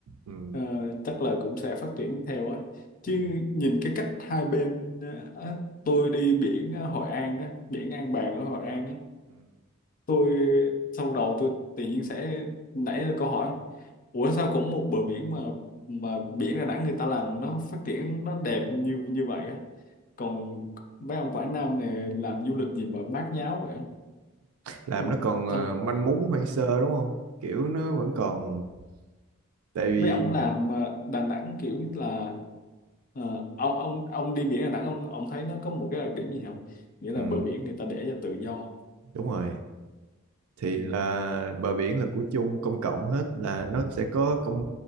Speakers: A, on the right (about 85°); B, on the left (about 40°).
A: ừ,
B: Ờ, chắc là cũng sẽ phát triển theo á chứ
A: ừ,
B: nhìn cái cách hai bên ờ, á, tôi đi biển ở Hội An á biển An Bàng ở Hội An á
A: ừ.
B: tôi sau đầu tôi tự nhiên sẽ nảy ra câu hỏi ủa sao cũng một bờ biển mà mà biển Đà Nẵng người ta làm nó phát triển nó đẹp như như vậy á còn mấy ông Quảng Nam này làm du lịch gì mà bát nháo vậy
A: làm
B: không
A: nó còn ờ,
B: không
A: manh mún hoang sơ đúng không kiểu nó vẫn còn tại vì
B: mấy ông làm ờ, Đà Nẵng kiểu như là ờ, ông ông ông đi biển Đà Nẵng ông ông thấy nó có một cái đặc điểm gì không nghĩa là
A: ừ,
B: bờ biển người ta để cho tự do
A: đúng rồi thì
B: ừ.
A: là bờ biển là của chung công cộng hết là nó sẽ có công